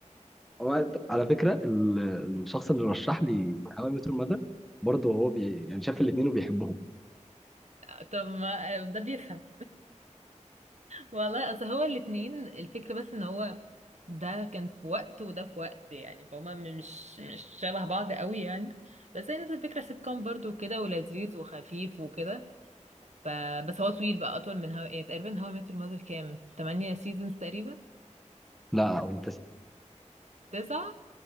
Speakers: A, in the centre; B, on the right.
A: هو على فكره ال- الشخص اللي رشح لي هاو اي ميت يور ماذر برضه هو بي... يعني شاف الاثنين وبيحبهم
B: <laughs> طب ما ده بيفهم والله اصل هو الاتنين الفكرة بس ان هو ده كان في وقت وده في وقت يعني فهما مش مش شبه بعض قوي يعني بس هي نفس الفكرة سيت كوم برضه كده ولذيذ وخفيف وكده ف... بس هو طويل بقى اطول من هوا يعني تقريبا هوا متر مother كام تمانية سيزونز تقريبا
A: لا هو ممتاز
B: تسعة